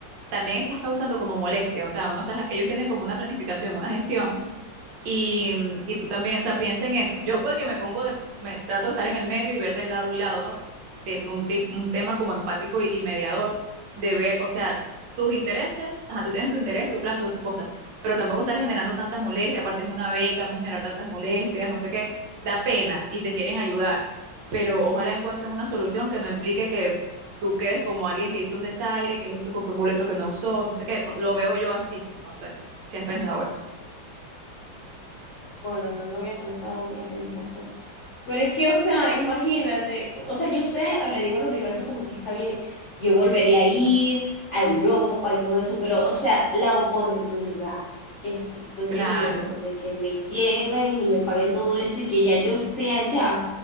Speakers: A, on the right; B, on the left.
A: también estás causando como molestia. O sea, uno está, ellos tienen como una planificación, una gestión y, mm, y tú también, o sea, piensa en eso. Yo porque me pongo de, me trato de estar en el medio y ver del lado y lado, ¿no? Te- un, tip- un tema como empático y, y mediador, de ver, o sea, tus intereses, ajá, tú tienes tu interés, tu plan, todas tus cosas, pero tampoco estar generando tantas molestias, aparte es una beca, no generar tantas molestias, no sé qué, da pena y te quieren ayudar, pero ojalá encuentren una solución que no implique que tú quedes como alguien que hizo un desaire, que les hizo comprar un boleto que no usó, no sé qué, lo veo yo así, no sé si has pensado eso.
B: Bueno, no lo había pensado, pero tienes razón. Pero es que, o sea, imagínate, o sea, yo sé, le digo al universo como que está bien, yo volvería a ir a Europa y todo eso, pero, o sea, la oportunidad que estoy
A: Claro.
B: teniendo de que me lleven y me paguen todo esto y que ya yo esté allá,